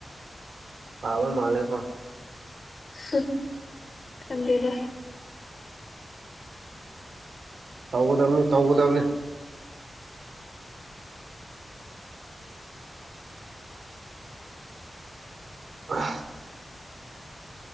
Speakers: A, on the right; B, on the left.
A: ꯄꯥꯕꯜ ꯃꯥꯂꯦ ꯀꯣ
B: ꯁ ꯀꯥꯟꯗꯦꯗ ꯎ
A: ꯇꯧꯒꯗꯕꯅꯤ ꯇꯧꯒꯗꯕꯅꯤ ꯑ